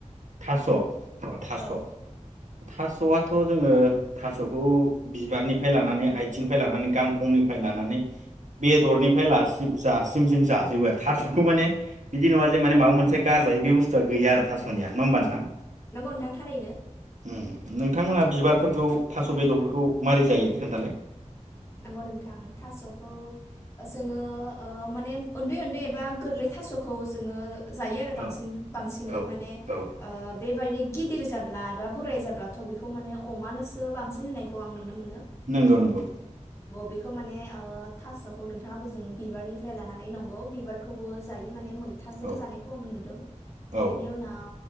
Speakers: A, on the right (about 75°); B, on the left (about 25°).
A: थास' औ थास'
B: औ
A: थास'आथ' जोङो थास'खौ बिबारनिफ्राय लानानै आथिंनिफ्राय लानानै गांखंनिफ्राय लानानै बेदरनिफ्रायसि जासिम जों जाजोबो आरो थास' बेखौ माने बिदि नङा जे माने माबा मोनसे गारजायो बे बस्थुआ गैया आरो थास'निया ना होमबा नोंथां
B: नंगौ नोंथां थारैनो
A: उम नोंथांमोना बिबारफोरखौ थास' बेदरफोरखौ मारै जायो खोन्थालाय
B: नंगौ नोंथां थास'खौ जोङो ओ माने उन्दै उन्दै एबा गोरलै थास'खौ जोङो जायो आरो बांसिन
A: औ
B: बांसिनै
A: औ
B: माने
A: औ
B: ओ बेबायदि गिदिर जाब्ला एबा बोराय जाब्लाथ' बेखौ माने अमानोसो बांसिन होनायखौ आं नुनो मोनो।
A: नंगौ नंगौ
B: बेखौ माने ओ थास'खौ नोंथाङो जों बिबारनिफ्राय लानानै नंगौ बिबारखौबो जायो माने मै थाजों
A: औ
B: जानायखौ आं नुदों
A: औ
B: बेनि उनाव